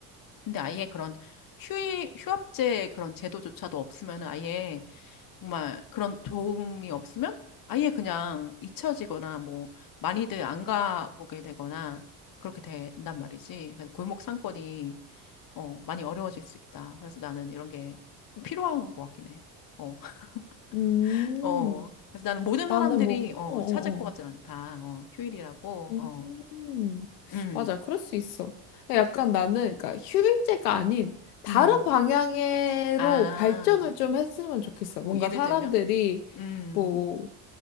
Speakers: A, on the left (about 50°); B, on the left (about 85°).
A: 근데 아예 그런 휴이, 휴업제 그런 제도조차도 없으면 아예 정말 그런 도움이 없으면 아예 그냥 잊혀지거나 뭐 많이들 안 가보게 되거나 그렇게 된단 말이지. 그래서 골목 상권이 어, 많이 어려워질 수 있다. 그래서 나는 이런 게좀 필요한 것 같긴 해. 어, <laughs>
B: 음.
A: 어.
B: 음.
A: 그래서 나는 모든
B: 나는
A: 사람들이
B: 뭐,
A: 어,
B: 어, 어,
A: 찾을 것 같진
B: 어.
A: 않다. 어, 휴일이라고.
B: 음,
A: 어. 음,
B: 맞아, 그럴 수 있어. 약간 나는, 그러니까 휴일제가 아닌 다른
A: 음.
B: 방향으로
A: 아,
B: 발전을 좀 했으면 좋겠어.
A: 뭐,
B: 뭔가
A: 예를
B: 사람들이
A: 들면? 음,
B: 뭐